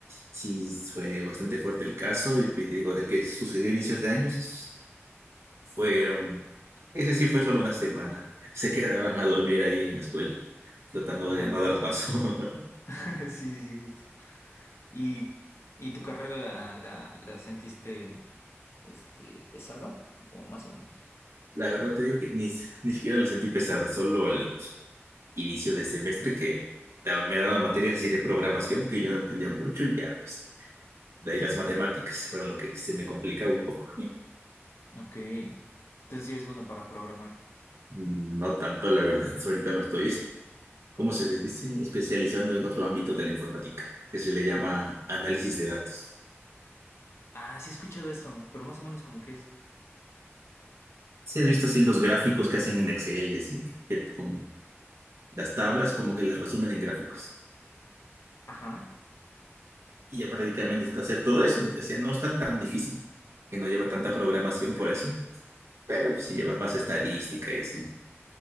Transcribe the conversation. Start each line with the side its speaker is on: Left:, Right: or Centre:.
Right: sí, fue bastante fuerte el caso y te digo, del que sucedió a inicios de años, fueron, ese sí fue solo una semana. <laughs> Se quedaban a dormir ahí en la escuela, tratando
Left: Ajá,
Right: de no dar
Left: sí,
Right: paso.
Left: sí.
Right: <laughs>
Left: <laughs> Sí, sí, sí, justo. ¿Y, y tu carrera la, la, la sentiste, este, pesada o más o menos?
Right: La verdad te digo que ni, s- ni siquiera la sentí pesada, solo al inicio de semestre que da- me daban materias así de programación que yo no entendía mucho y ya pues de ahí las matemáticas fueron lo que se me complicaba un poco.
Left: Ok. Entonces sí eres bueno para programar.
Right: Mm, No tanto, la verdad, <laughs> ahorita me estoy, como se les dice? Especializando en otro ámbito de la informática, que se le llama análisis de datos.
Left: Ah, sí he escuchado eso, pero más o menos como que es.
Right: Si has visto así los gráficos que hacen en Excel y así, que con las tablas como que les resumen en gráficos.
Left: Ajá,
Right: y ya prácticamente está hacer todo eso. Decía, no está tan difícil, que no lleva tanta programación por eso, pero pues, sí lleva más estadística y así.